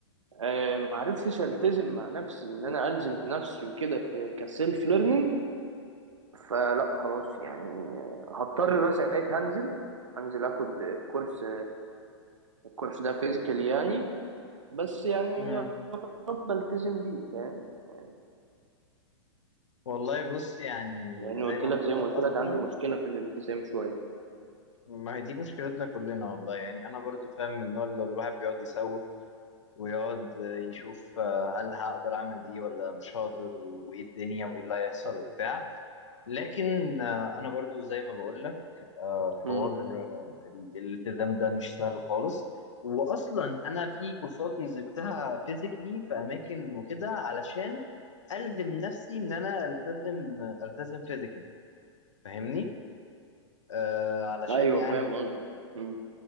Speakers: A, on the right; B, on the left.
A: آه، معرفتش ألتزم مع نفسي إن أنا ألزم نفسي وكده في كسيلف ليرنينج فلا خلاص يعني هضطر بقى ساعتها هنزل هنزل اخد الكورس الكورس ده فيزيكال يعني بس يعني
B: مم.
A: يا رب التزم بيه فاهم يعني
B: والله بص يعني
A: لان
B: زي
A: قلت
B: ما
A: لك
B: بقول
A: زي ما
B: لك
A: قلت
B: أصلا
A: لك عندي مشكله في الالتزام شويه
B: ما هي دي مشكلتنا كلنا والله يعني انا برضو فاهم من النوع اللي الواحد بيقعد يسوف ويقعد يشوف آه، هل هقدر اعمل دي ولا مش هقدر وايه الدنيا وايه اللي هيحصل وبتاع لكن آه، انا برضو زي ما بقول لك آه، حوار
A: امم
B: آه، ال- الالتزام ده مش سهل خالص واصلا انا في كورسات نزلتها فيزيكلي في اماكن وكده علشان الزم نفسي ان انا التزم آه، التزم فيزيكلي فاهمني آه علشان
A: ايوه
B: يعني
A: فاهم قصدي
B: إيه،
A: امم